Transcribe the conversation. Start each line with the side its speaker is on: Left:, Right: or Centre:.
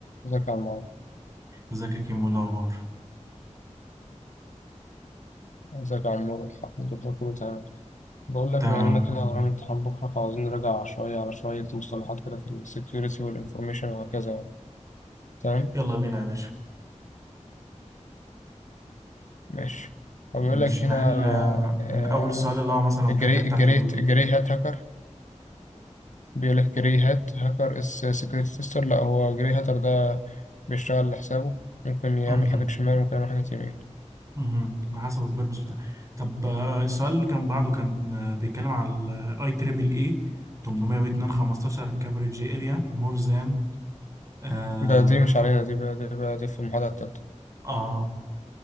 Left: ازيك يا عمار
Right: ازيك يا كيمو إيه الاخبار
Left: ازيك يا عمار الحمد لله كله تمام بقول لك
Right: تمام
Left: بما اننا
Right: الحمد
Left: كده ورانا
Right: لله
Left: امتحان بكره فعاوزين نراجع شويه على شويه مصطلحات كده في السكيورتي والانفورميشن وهكذا يعني. تمام
Right: يلا بينا يا باشا
Left: ماشي فبيقول
Right: نش
Left: لك
Right: نحل
Left: هنا
Right: آه،
Left: آه
Right: من اول السؤال اللي هو مثلا
Left: الجري
Right: الحاجات بتاعت
Left: الجري
Right: ال
Left: الجري هات هاكر بيقول لك جري هات هاكر از سكيورتي تيستر لا هو جري هاتر ده بيشتغل لحسابه ممكن يعمل
Right: مهم.
Left: حاجات شمال ممكن يعمل حاجات يمين
Right: مهم. على حسب البيربز بتاع طب آه، السؤال اللي كان بعده كان آه، بيتكلم على الاي تريبل اي 802 15 كفريج اريا مور ذان آه
Left: ده دي مش علينا دي بقى دي بقى دي في المحاضره التالتة
Right: آه